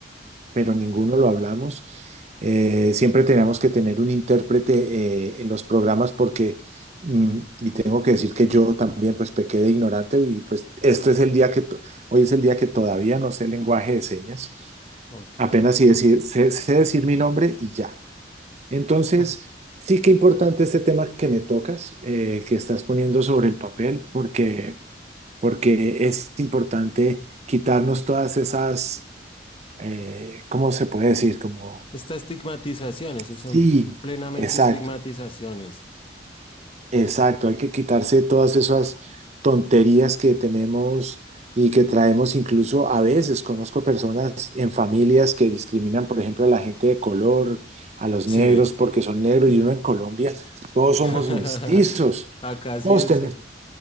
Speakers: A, on the right (about 35°); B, on the left (about 30°).
A: pero ninguno lo hablamos. Eh, siempre teníamos que tener un intérprete eh, en los programas porque, mm, y tengo que decir que yo también pues pequé de ignorante y pues este es el día que, to- hoy es el día que todavía no sé lenguaje de señas,
B: Ok.
A: apenas sí decir- sé, sé decir mi nombre y ya. Entonces,
B: Mm.
A: sí que importante este tema que me tocas, eh, que estás poniendo sobre el papel, porque, porque es importante quitarnos todas esas, eh, ¿cómo se puede decir? Como
B: Esta estigmatización, eso
A: Sí,
B: son plenamente
A: exacto,
B: estigmatizaciones.
A: exacto.
B: Son-
A: Hay que quitarse todas esas tonterías que tenemos y que traemos incluso a veces. Conozco personas en familias que discriminan, por ejemplo, a la gente de color, a los
B: Sí.
A: negros porque son negros y uno en Colombia, todos
B: <laughs>
A: somos mestizos.
B: Acá sí
A: Todos
B: es.
A: tenemos,